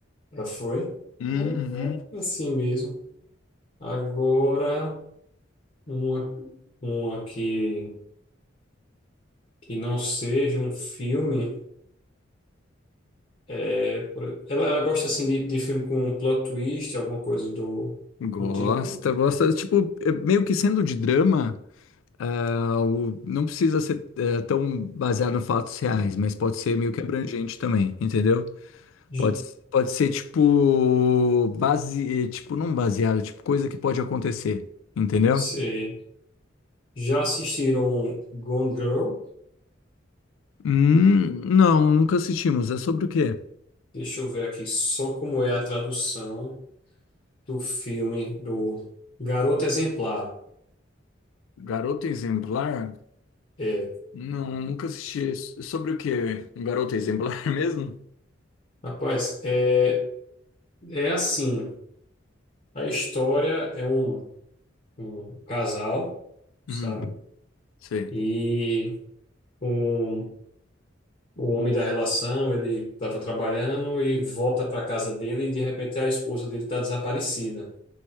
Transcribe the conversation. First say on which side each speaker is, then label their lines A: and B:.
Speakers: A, on the left; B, on the left.
A: é, foi?
B: Uhum.
A: É, é assim mesmo. Agora. Uma, uma que, que não seja um filme. É, por- ela, ela gosta assim de, de filme com um plot twist, alguma coisa do,
B: Gosta,
A: do tipo.
B: gosta. Tipo, é meio que sendo de drama, ah, o- não precisa ser eh, tão baseado em fatos reais, mas pode ser meio que abrangente também, entendeu?
A: J-
B: Pode, pode ser tipo, base, eh, tipo, não baseado, tipo, coisa que pode acontecer, entendeu?
A: Cê já assistiram Gone Girl?
B: Hum, não, nunca assistimos. É sobre o quê?
A: Deixa eu ver aqui só como é a tradução do filme do Garota Exemplar.
B: Garota Exemplar?
A: É,
B: Não, nunca assisti. É sobre o quê? Um garoto exemplar <laughs> mesmo?
A: rapaz, é, é assim. A história é um, um casal, sabe?
B: Hum, sei.
A: E um o homem da relação, ele estava trabalhando e volta para casa dele e de repente a esposa dele está desaparecida.